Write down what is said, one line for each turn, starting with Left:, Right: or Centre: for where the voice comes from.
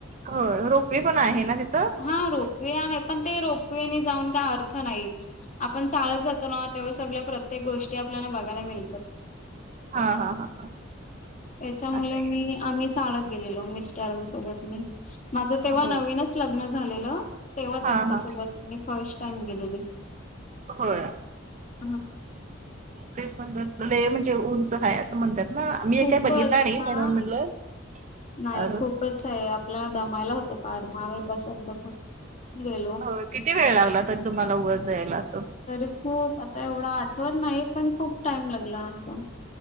Right: हो रोपवे पण आहे ना तिथं.
Left: हा रोपवे आहे पण ते रोपवेने जाऊन काय अर्थ नाही. आपण चालत जातो ना तेव्हा सगळ्या प्रत्येक गोष्टी आपल्याला बघायला मिळतात.
Right: हा हा हा हा
Left: त्याच्यामुळे
Right: असं आहे
Left: मी आम.. चालत गेलेलो मिस्टरांसोबत मी माझं तेव्हा
Right: होय
Left: नवीनच लग्न झालेलं. तेव्हा
Right: हा
Left: त्यांच्यासोबत
Right: हा
Left: मी फर्स्ट टाइम गेलेली
Right: होय
Left: ह.
Right: तेच म्हनत्यात, लई म्हणजे उंच हाय असं म्हनत्यात. ना मी
Left: खूपच
Right: काय बघितलं नाही
Left: हा
Right: म्हणून म्हटलं..
Left: नाही खूपच आहे आपल्याला दमायला होतो पार मग आम्ही बसत बसत गेलो.
Right: हो किती वेळ लागला तरी तुम्हाला वर जायला असं.
Left: तरी खूप आता एवढं आठवत नाही पण खूप टाइम लागला असं.